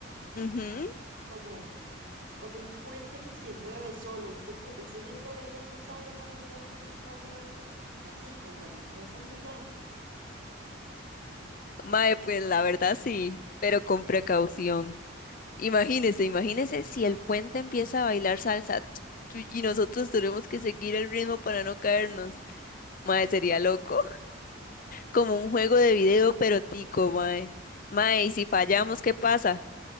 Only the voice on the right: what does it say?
como, como un puente que se mueve solo. ¿Usted cree, usted se atrevería a cruzarlo para llegar a un festival de baile? Así, con mariposas gigantes.
<gasps>
Sí,